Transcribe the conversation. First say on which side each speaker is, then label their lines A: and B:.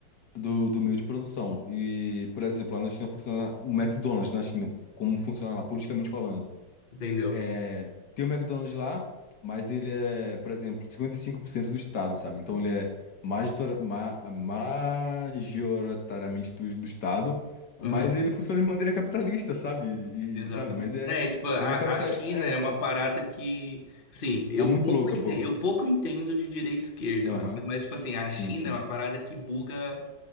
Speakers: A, on the left (about 65°); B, on the left (about 35°).
A: do, do meio de produção. E, por exemplo, lá na China funciona o McDonald's na China, como funciona lá, politicamente falando.
B: entendeu?
A: É, tem o McDonald's lá, mas ele é, por exemplo, 55% do estado, sabe? Então ele é major, ma, majoritariamente do, do estado, mas
B: Aham,
A: ele funciona de maneira capitalista, sabe?
B: exatamente.
A: E, sabe? Mas é,
B: É, tipo, a,
A: é um capital,
B: a China
A: é,
B: é
A: sabe?
B: uma parada que, assim, eu
A: É muito
B: pouco
A: louca,
B: entendo,
A: pô.
B: eu pouco entendo de direita e esquerda,
A: Aham,
B: mas, tipo assim, a
A: Sim,
B: China
A: sim.
B: é uma parada que buga,